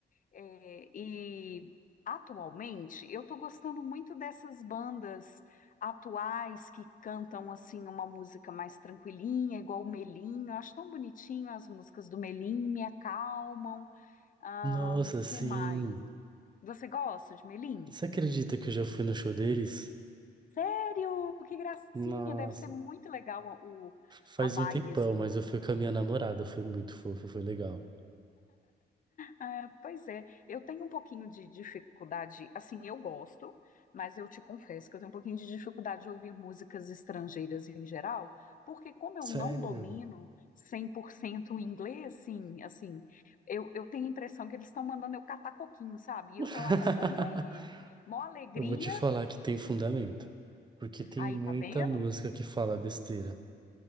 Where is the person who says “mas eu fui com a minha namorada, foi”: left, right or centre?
Right